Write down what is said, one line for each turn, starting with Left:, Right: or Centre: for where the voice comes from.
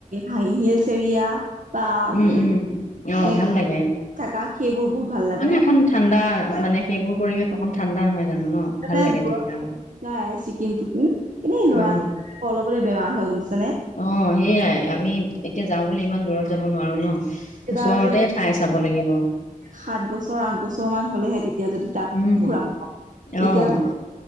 Right: হাঁহিয়ে চিৰিয়া পা ওম
Left: উম, উম, অ',
Right: এনে
Left: ভাল লাগে
Right: থকা সেইবোৰ বহুত ভাল লাগে
Left: মানে অকণ ঠাণ্ডা মানে সেইবোৰ পৰিৱেশ অকণ ঠাণ্ডা নহয় জানো ন
Right: তাৰমানে
Left: ভাল লাগে
Right: দূৰত
Left: তেতিয়া আৰু।
Right: যায় ছিকিম টিকিম কিন্তু এই ল'ৰাটো
Left: অ।
Right: অলপতে বেমাৰ হৈ গম- পাইছানে
Left: অ সেইয়াই আমি এতিয়া যাও বুলি ইমান দূৰত যাব নোৱাৰো ন। ওচৰতে
Right: তাৰ যে
Left: ঠাই চাব লাগিব।
Right: সাত বছৰ আঠ বছৰ মান হলেহে তেতিয়া যদি তাক
Left: উম
Right: ঘূৰা
Left: আহ
Right: এতিয়া ভাই